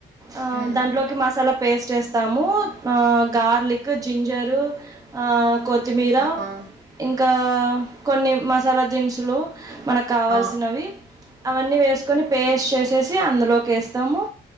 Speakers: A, on the right; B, on the right.
A: ఆ
B: మ్మ్
A: దాంట్లోకి మసాలా చేస్తాము ఆ గార్లిక్ జింజర్ ఆ కొత్తి మీరా
B: ఆ
A: ఇన్ కా కొన్ని మసాలా దినుసులు మనకు కావాల్సినవి
B: ఆ
A: అవన్నీ వేసుకొని పేస్ట్ చేసేసి అందులోకి వేస్తాము